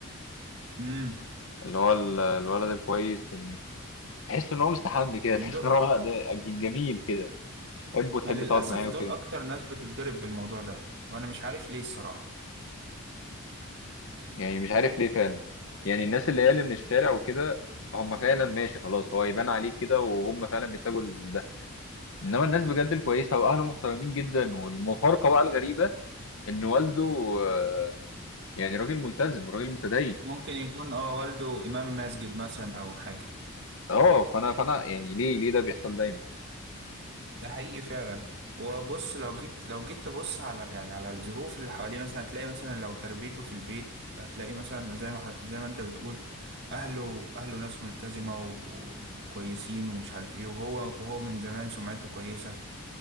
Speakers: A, on the right; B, on the left.
A: امم
B: اللي هو ال- الولد الكويس إن- تحس ان هو مستحمي كده تحس
A: دول
B: ان هو <laughs> ده جميل كده تحبه وتحب
A: ما للأسف
B: تقعد معاه
A: دول
B: وكده
A: أكتر ناس بتتضرب بالموضوع ده وأنا مش عارف ليه الصراحة
B: يعني مش عارف ليه فعلا يعني الناس اللي هي اللي من الشارع وكده هم فعلا ماشي خلاص هو يبان عليه كده وهم فعلا بيحتاجوا ال- ده انما الناس بجد الكويسه واهله محترمين جدا والمفارقه بقى الغريبه ان والده آه، يعني راجل ملتزم راجل متدين
A: ممكن يكون اه والده إمام مسجد مثلا أو حاجة
B: اه فانا فانا يعني ليه ليه ده بيحصل دايما
A: ده حقيقي فعلا وبص لو جيت لو جيت تبص على يعني على الظروف اللي حواليه مثلا هتلاقي مثلا لو تربيته في البيت هتلاقي مثلا زي ما ح- زي ما انت بتقول اهله اهله ناس ملتزمة و- وكويسين ومش عارف ايه وهو وهو من زمان سمعته كويسة